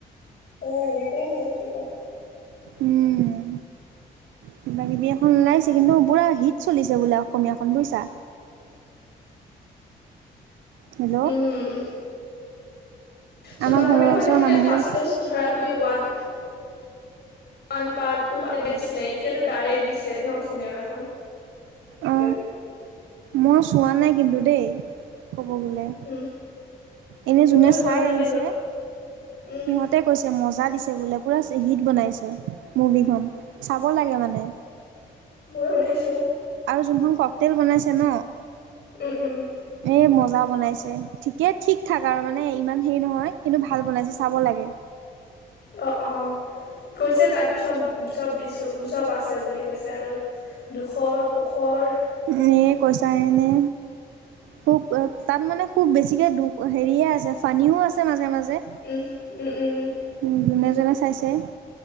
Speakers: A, on the left (about 60°); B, on the right (about 80°).
A: অ এনেকাই হ'ল কিবা।
B: উম। কিবা কিবি এখন ওলাইছে কিন্তু পুৰা হিট চলিছে বোলে অসমীয়াখন বুইছা।
A: <inaudible>
B: হেল্ল'
A: উম উ চোপা
B: আমাৰ ঘৰৰ
A: চোপিখন
B: ওচৰৰ
A: দেখে
B: মানুহবিলাক
A: নাই ফাৰ্ষ্ট এ ধৰাত। B one. One part two তেনে দিছিলে এতিয়াতো ডাইৰেক্ট দিছে ন চিনেমাখন।
B: অ
A: <unintelligible>
B: মই চোৱা নাই কিন্তু দেই ক'ব গ'লে।
A: উম
B: এনে
A: ময়ো
B: যোনে
A: যোৱা
B: চাই
A: নাই
B: আহিছে
A: কিন্তু উম
B: সিহঁতে কৈছে মজাত। দিছে বোলে পুৰা হিট বনাইছে মুভিখন চাব লাগে মানে।
A: মই শুনছো।
B: যোনখনক তেল বনাইছে ন
A: উম উম
B: এ মজা বনাইছে ঠিকে ঠিক। থাক আৰু মানে ইমান হেৰি নহয় কিন্তু ভাল বনাইছো চাব লাগে।
A: অ অ কৈছে তাত চব চব দিছোঁ চব আছে বুলি কৈছে আৰু। দুখৰ সোখৰ।
B: নে কচায় নে। খুব তাত মানে খুব বেছিকে দুখ হেৰিয়ে আছে। ফানীও আছে মাজে মাজে
A: উম উম উম
B: উ যোনে যোনে চাইছে।